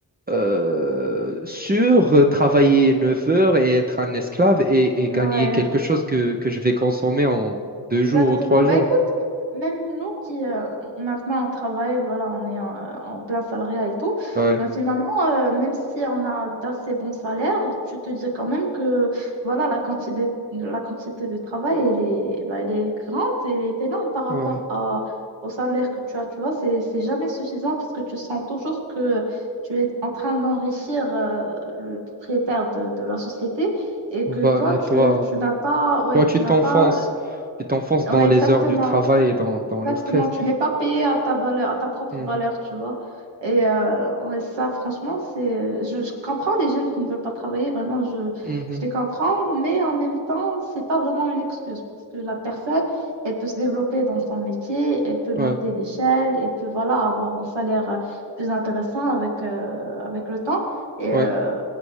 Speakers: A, on the right; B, on the right.
A: euh, sur euh, travailler 9 heures et être un esclave et, et
B: ouais.
A: gagner quelque chose que, que je vais consommer en deux
B: Exactement.
A: jours ou trois
B: Bah
A: jours.
B: écoute, même même nous qui euh, maintenant on travaille, voilà, on est en, euh, en plein salariat et tout,
A: Ouais,
B: mais finalement, euh, même si on a d'assez bons salaires, tu te dis quand même que voilà, la quantité, la quantité de travail, elle est, bah, elle est grande, elle est énorme par rapport
A: ouais.
B: à- au salaire que tu as. Tu vois, c'est, c'est jamais suffisant parce que tu sens toujours que tu es en train d'enrichir euh, le propriétaire de, de la société et que
A: Bah,
B: toi,
A: et
B: tu,
A: toi?
B: tu n'as pas, ouais,
A: Toi,
B: tu
A: tu
B: n'as
A: t'enfonces,
B: pas
A: tu t'enfonces
B: Ouais,
A: dans les
B: exactement.
A: heures du travail et dans, dans
B: Exactement,
A: le stress.
B: tu n'es pas payé à ta valeur, à ta propre
A: Mhm.
B: valeur, tu vois. Et euh, ouais, ça, franchement, c'est, je, je comprends les jeunes qui ne veulent pas travailler, vraiment, je,
A: Mhm. Mhm.
B: je les comprends, mais en même temps, c'est pas vraiment une excuse parce que la personne, elle peut se développer dans son métier, elle peut
A: Ouais,
B: monter d'échelle, elle peut, voilà, avoir un salaire euh, plus intéressant avec, euh, avec le temps. Et
A: ouais,
B: euh,